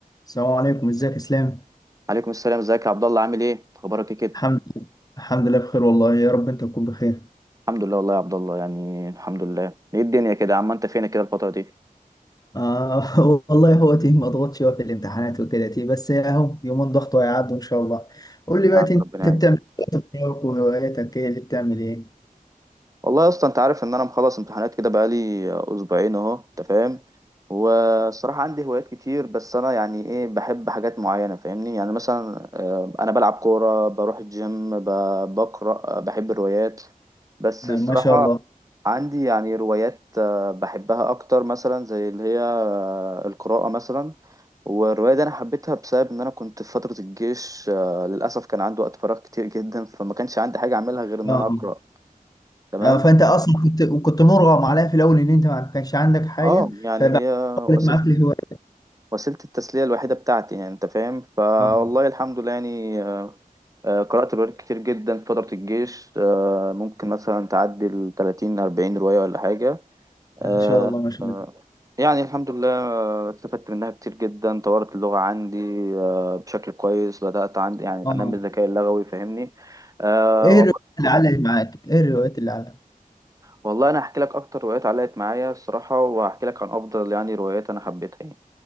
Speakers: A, on the left (about 25°); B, on the right (about 20°).
A: السلام عليكم ازيك يا اسلام
B: عليكم السلام ازيك يا عبد الله عامل ايه اخبارك ايه كده
A: الحمد لله الحمد لله بخير والله يا رب انت تكون بخير
B: الحمد لله والله يا عبد الله يعني الحمد لله ايه الدنيا كده يا عم انت فينك كده الفتره دي
A: آه <laughs> والله هو تيه ما ضغطش هو في الامتحانات وكده تيه بس اهو يومين ضغط وهيعدوا ان شاء الله قول لي
B: يا
A: بقى
B: عم
A: انت
B: ربنا يعينك
A: بتعمل ايه في وقتك وهواياتك ايه اللي بتعمل ايه
B: والله يا اسطى انت عارف ان انا مخلص امتحانات كده بقالي اسبوعين اهو انت فاهم والصراحه عندي هوايات كتير بس انا يعني ايه بحب حاجات معينه فاهمني يعني مثلا آه، انا بلعب كوره بروح الجيم ب- بقرا آه، بحب الروايات بس
A: نعم،
B: الصراحه
A: ما شاء الله
B: عندي يعني روايات آه، بحبها اكتر مثلا زي اللي هي آه، القراءه مثلا والرواية دي أنا حبيتها بسبب إن أنا كنت في فترة الجيش آه، للأسف كان عندي وقت فراغ كتير جدا فما كانش عندي حاجة أعملها غير إن
A: آه.
B: أنا أقرأ تمام
A: آه فانت اصلا كنت كنت مرغم عليها في الاول ان انت ما كانش عندك حاجه
B: أه يعني
A: فبقت
B: هي وسيلة
A: معاك الهوايه
B: وسيلة التسلية الوحيدة بتاعتي يعني أنت فاهم فوالله
A: اه
B: الحمد لله يعني آه، آه، قرأت روايات كتير جدا في فترة الجيش آه، ممكن مثلا تعدي ال 30 40 رواية ولا حاجة آه،
A: ما شاء الله ما شاء الله
B: يعني الحمد لله آه، استفدت منها كتير جدا طورت اللغة عندي آه، بشكل كويس بدأت عندي يعني
A: اه
B: أنمي الذكاء اللغوي فاهمني آه،
A: ايه الروايات اللي علقت معاك ايه الروايات اللي علقت
B: والله انا هحكي لك اكتر روايات علقت معايا الصراحه وهحكي لك عن افضل يعني روايات انا حبيتها يعني.